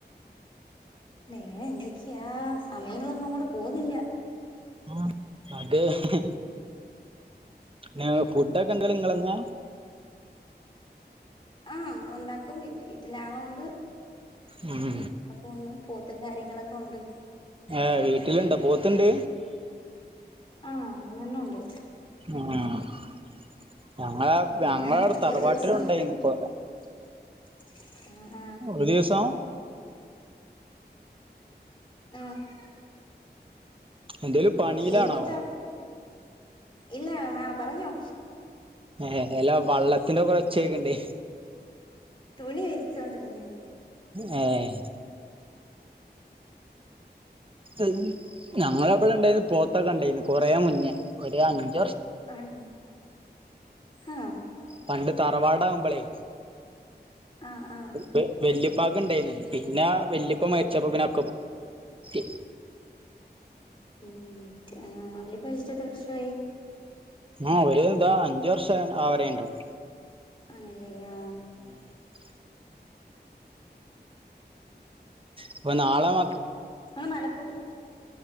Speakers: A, on the left; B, on the right.
A: വെറെ എന്തൊക്കെയാ സമയങ്ങളൊന്നും അങ്ങോട്ട് പോകുന്നില്ല
B: ആ അതെ ഹ് ഹെ നെ ഫുഡൊക്കെ എന്തലും നിങ്ങളന്നാ
A: ആഹ മ്മള് ഉണ്ടാക്കും പിന്നെ വീട്ടില് ആളോണ്ട്
B: ഉം
A: അങ്ങനെയൊക്കെ. പോന്നും പോത്തും കാര്യങ്ങളൊക്കെ ഉണ്ട്.
B: ഏഹ് വീട്ടില ഇണ്ട് പോത്തുണ്ട്
A: ആഹ് മൂന്നെണ്ണം ഉണ്ട്
B: ആഹ് ഞങ്ങളെ
A: അങ്ങനെ
B: ഞങ്ങളടെ തറവാട്ടിലും
A: ഒരു ദിവസം
B: ഉണ്ടായിരുന്നു ഇപ്പൊ
A: <inaudible>
B: ഒരീസം
A: ആഹ
B: എന്തേലും പണിയിലാണോ
A: ഏത് പോത്താ? ഇല്ല മാം പറഞ്ഞോ.
B: ഏ എല്ല വെള്ളത്തിന്റെക്ക ഉച്ചയൊക്കണ്ട്
A: തുണി വരിച്ചോണ്ട് ര്ന്നനി
B: എഏ <inaudible> ഞാങ്ങളെ പടെണ്ടായിന്ന് പോത്തൊക്കെണ്ടായിന്ന് കൊറേ മുന്നേ ഒര്അഞ്ച്
A: ആണ ആഹ
B: പണ്ട് തറവാടാവുമ്പളേ?
A: ആഹ് ആഹ്
B: പേ വല്യപ്പാക് ഇണ്ടായിന്ന് പിന്നെ വല്യപ്പ മരിച്ചപ്പോ പിന്ന <unintelligible>
A: ഉും നിക് ആ വല്ല്യിപ്പമരിച്ച് എത്ര വർഷമായി
B: ആഹ് ഒര് താ അഞ്ച് വർഷം- ആവാരായിണ്ടാവും.
A: ആണല്ലേ ഏയ്ന്നോ
B: ഉം <unintelligible> ഇപ്പ നാളെമ
A: ആഹ മലപ്പുറത്ത്